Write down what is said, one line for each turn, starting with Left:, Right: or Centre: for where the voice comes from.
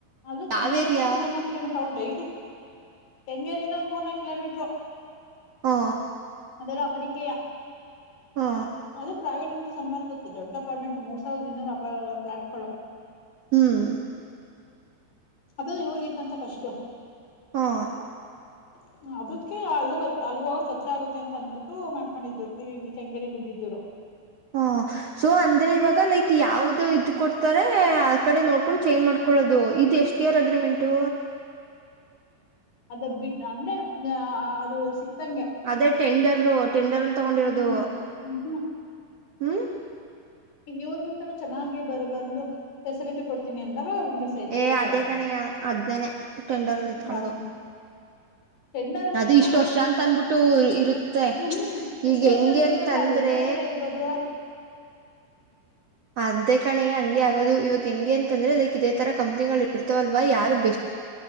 Left: ಅದು ಕೆಂಗೇರಿಯಿಂದ
Right: ಯಾವ್ ಏರಿಯಾ
Left: ಒಂದ್ ಮೂರ್ನಾಕು ಕಿಲೋಮೀಟ್ ಅವ ಡೈಲಿ ಕೆಂಗೇರಿ ಇಂದು ಒಂದ್ ಮೂರ್ನಾಕು ಕಿಲೋಮೀಟರೂ.
Right: ಹಾ
Left: ಬರೀ ಅಕಡಿಕ್ಕೆೆಯ
Right: ಹಾ
Left: ಅದು ಪ್ರೈವೇಟ್ ಅಂತ ಸನ್ಮದ್ ದೊಡ್ಡ ಅರ್ಪಾಟ್ಮೆಂಟು ಮೂರ್ ಸಾವಿರದ ಇನ್ನೂರು ಅ ಫ್ಲಾಟ್ ಗಳು
Right: ಹ್ಮ್
Left: ಅದೇ ಇವ್ರಗಿತ್ತಂತೆ ಪಾಸ್ಟ್
Right: ಹಾ
Left: <unintelligible> ಅದಕ್ಕೆ ಅಲ್ ಅಲ್ಲಿ ಹೋಗಕ್ ಹತ್ರ ಆಗುತ್ತೆ ಅಂತ ಅಂದ್ಬಿಟ್ಟು ಮಾಡ್ಕೊಂಡಿದು ಇಲ್ಲಿ ಕೆಂಗೇರಿ ಇಲ್ಲಿ ಇದ್ದಿದ್ ಇವರು.
Right: ಹಾ ಸೋ ಅಂದ್ರೆ ಇವಾಗ ಲೈಕ್ ಯಾವ್ದ್ ಇದು ಕೊಡ್ತಾರೆ ಆ ಕಡೆ ನೋಡ್ಕೊಂಡ್ ಚೇಂಜ್ ಮಾಡ್ಕೊಳ್ಳೋದು ಇದು ಎಷ್ಟ್ ಇಯರ್ ಅಗ್ರಿಮೆಂಟು
Left: ಅದ್ ಬಿಟ್ಟ್ ಅಂದ್ರೆ ಅದು ಸಿಕ್ತಂಗೆ
Right: ಅದೇ ಟೆಂಡರ್ ಟೆಂಡರ್ ಅಲ್ಲಿ ತಗೊಂಡಿರೋದು
Left: ಹ್ಮ್ ಹ್ಮ್
Right: ಹ್ಮ.
Left: ಇವ್ರ ನಿಂತನೂ ಚೆನ್ನಾಗಿ ಬರ ಬಂದು ಫೆಸಿಲಿಟಿ ಕೊಡ್ತೀನಿ ಅಂದಾಗ ಮಿಸ್ ಆಯ್ತ
Right: ಏ
Left: ಹೋಯ್ತಾರೆ
Right: ಅದೇ
Left: ಅವ್ರು
Right: ಕಣೆಯ ಅದ್ನನೆೇ ಟೆಂಡರ್ ಅಲ್ಲಿ ಇತ್ಕೊಳ್ಳೋದು.
Left: ಹ್ಮ್ ಹ್ಮ್ ಟೆಂಡರ್ ಅಂತೆಲ್ಲ
Right: ಅದ ಇಷ್ಟ ವರ್ಷ ಅಂತ ಅನ್ಬಿಟ್ಟು ಇರು ತ್ತೆ
Left: ಹ್ಮ್ ಹ್ಮ್ ಇಷ್ಟ
Right: ಈಗ
Left: ವರ್ಷ
Right: ಹೆಂಗೆ
Left: ಅಂತನೂ
Right: ಅಂತ
Left: ಇಲ್ಲ
Right: ಅಂದ್ರೆ
Left: ಅದು ಒಂದ್ ವರ್ಷದ ಆಗಿರ್ಬೋದು
Right: ಅದೇ ಕಣೆ ಹಂಗೆ ಆಗೋದು ಇವಾಗ ಹೆಂಗೆ ಅಂತಂದ್ರೆ ಲೈಕ್ ಇದೇ ತರ ಕಂಪನಿಗಳ ಇರ್ತವಲ್ವ ಯಾರು ಬೆಸ್